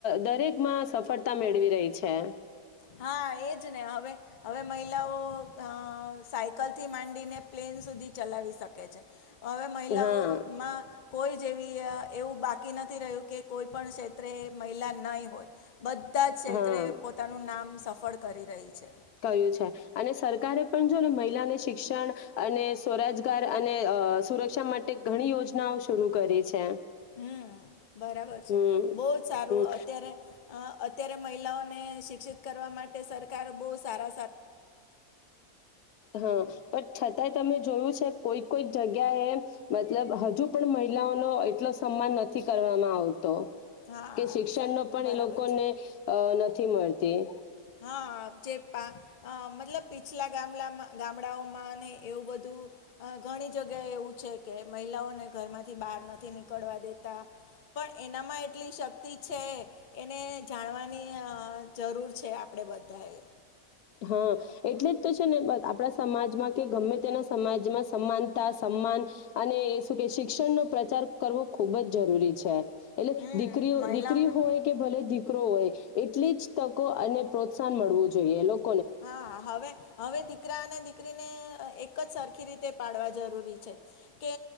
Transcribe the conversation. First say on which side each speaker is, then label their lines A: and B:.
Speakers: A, on the left; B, on the left.
A: દરેકમાં સફળતા મેળવી રહી છે
B: હા એજ ને હવે હવે મહિલાઓ અ સાઈટ કલ થી માંડીને પ્લેન સુધી ચલાવી શકે છે હવે મહિલાઓમાં
A: હા
B: કોઈ જેવી એવું બાકી નથી રહ્યું કે કોઈ પણ ક્ષેત્રે મહિલા નહી હોય બધા જ ક્ષેત્રે
A: હા
B: પોતાનું નામ સફળ કરી રહી છે
A: ક્યું છે અને સરકારે પણ જો ને મહિલાને શિક્ષણ અને સ્વરોજગાર અને સુરક્ષા માટે ઘણી યોજનાઓ શરૂ કરી છે
B: હમ બરાબર
A: હમ
B: છે બહુ જ સારું
A: હમ
B: અત્યારે અ અત્યારે મહિલાઓને શિક્ષિત કરવા માટે સરકાર બહુ સારો
A: હા પણ છતાંય તમે જોયું છે કોઈક કોઈક જગ્યા એ મતલબ હજુ પણ મહિલાઓનો એટલો સન્માન નથી કરવામાં આવતો તો
B: હા
A: કે શિક્ષણ
B: સ-
A: નો પણ
B: બરાબર
A: એ લોકોને
B: છે
A: નથી નથી મળતી
B: હા જે પા મતલબ પીછલા ગામલામાં ગામડાઓમાં ને એવું બધું ઘણી જગ્યાએ એવું છે કે મહિલાઓને ઘરમાંથી બહાર નથી નીકળવા દેતા પણ એનામાં એટલી શક્તિ છે એને જાણવાની જરૂર છે આપ આપણે બધાએ
A: હા એટલે જ તો છે ને આપણા સમાજમાં કે ગમે તેના સમાજમાં સમાનતા સમાન અને શું કે શિક્ષણનો પ્રચાર કરવો ખૂબ જ જરૂરી છે એટલે
B: હમ
A: દીકરીઓ
B: મહિલાઓના
A: દીકરી હોય કે ભલે દીરી દીકરો હોય એટલી જ તકો અને પ્રોત્સાહન મળવું જોઈએ લોક
B: હા હવે હવે દીકરા અને દીકરીને એક જ સરખી રીતે પાડવા જરૂરી છે કે